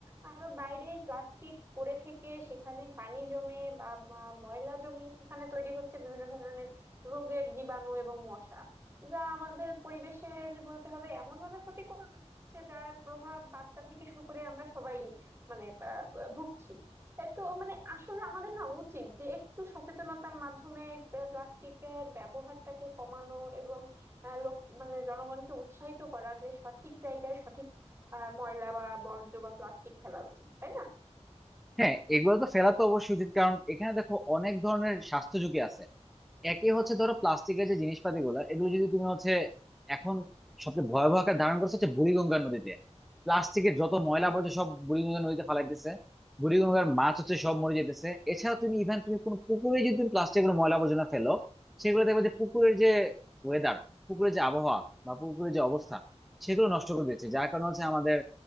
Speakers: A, on the right (about 20°); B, in the centre.
A: আরো বাইরে প্লাস্টিক পড়ে থেকে সেখানে পানি জমে বা বা ময়লা জমে সেখানে তৈরি হচ্ছে বিভিন্ন ধরনের রোগের জীবাণু এবং মশা যা আমাদের পরিবেশের বলতে হবে এমন ভাবে ক্ষতি করছে যার প্রভাব বাচ্চা থেকে শুরু করে আমরা সবাই মানে আহ, ভুগছি এ তো মানে আসলে আমাদের না উচিত যে একটু সচেতনতার মাধ্যমে প্লা- প্লাস্টিকের ব্যবহারটাকে কমানো এবং আহ, লোক মানে জনগণকে উৎসাহিত করা যে সঠিক জায়গায় সঠিক আহ, ময়লা বা বর্জ্য বা প্লাস্টিক ফেলা উচিত তাই না
B: হ্যাঁ এগুলো তো ফেলা তো অবশ্যই উচিত কারণ এখানে দেখো অনেক ধরনের স্বাস্থ্য ঝুঁকি আছে একই হচ্ছে ধরো প্লাস্টিকের যে জিনিসপাতি গুলা এগুলো যদি তুমি হচ্ছে এখন সবচেয়ে ভয়াবহ আকার ধারণ করছে হচ্ছে বুড়িগঙ্গা নদীতে প্লাস্টিকের যত ময়লা আবর্জনা সব বুড়িগঙ্গা নদীতে ফালাইতেছে বুড়িগঙ্গার মাছ হচ্ছে সব মরে যেতেছে এছাড়া তুমি ইভেন তুমি কোনো পুকুরে যদি তুমি প্লাস্টিকের ময়লা আবর্জনা ফেলো সেগুলো দেখবে যে পুকুরের যে ওয়েদার পুকুরের যে আবহাওয়া বা পুকুরের যে অবস্থা সেগুলো নষ্ট করে দিচ্ছে যার কারণে হচ্ছে আমাদের